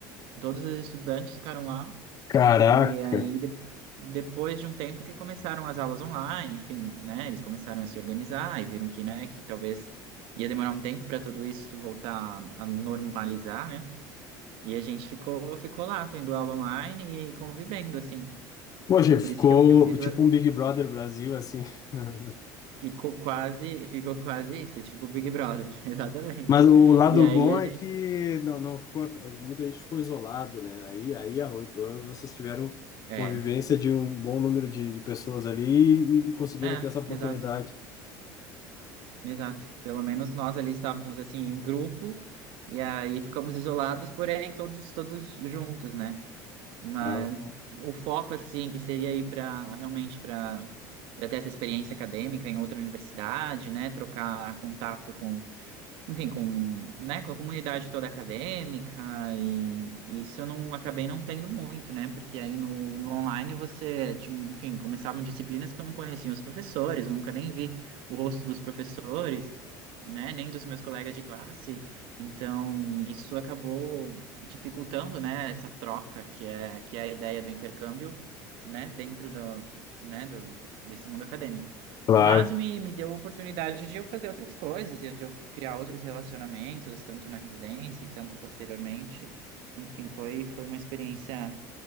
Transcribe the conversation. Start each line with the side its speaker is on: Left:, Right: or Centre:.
Right: Todos os estudantes ficaram lá.
Left: Caraca.
Right: E aí, de- depois de um tempo que começaram as aulas online, enfim, né? Eles começaram a se organizar e viram que, né, que talvez ia demorar um tempo para tudo isso voltar a normalizar, né? E a gente ficou, ficou lá, tendo aula online e convivendo, assim.
Left: Poxa,
Right: Então,
Left: ficou
Right: por isso que o que eu fiz
Left: tipo
Right: ba-
Left: um Big Brother Brasil, assim. <laughs>
Right: ficou quase, ficou quase isso, tipo Big Brother, <laughs> exatamente.
Left: Mas o lado
Right: E aí
Left: bom
Right: a gente.
Left: é que não, não ficou, muita gente ficou isolado, né? Aí, aí é ruim, pelo menos vocês tiveram
Right: É,
Left: convivência de um bom número de, de pessoas ali e, e conseguiram
Right: é,
Left: ter essa oportunidade.
Right: exato. Exato. Pelo menos nós ali estávamos assim em um grupo e aí ficamos isolados, porém todos todos juntos, né? Mas
Left: Ah,
Right: o foco assim que seria ir para realmente para para ter essa experiência acadêmica em outra universidade, né? Trocar contato com enfim, com, né, com a comunidade toda acadêmica e isso eu não acabei não tendo muito, né? Porque aí no, no online você, tinha, enfim, começavam disciplinas que eu não conhecia os professores, nunca nem vi o rosto dos professores, né, nem dos meus colegas de classe. Então, isso acabou dificultando, né, essa troca que é que é a ideia do intercâmbio, né, dentro do, né, do, desse mundo acadêmico.
Left: Claro.
Right: Mas me, me deu a oportunidade de eu fazer outras coisas, e de eu criar outros relacionamentos, tanto na residência e tanto posteriormente. Enfim, foi, foi uma experiência,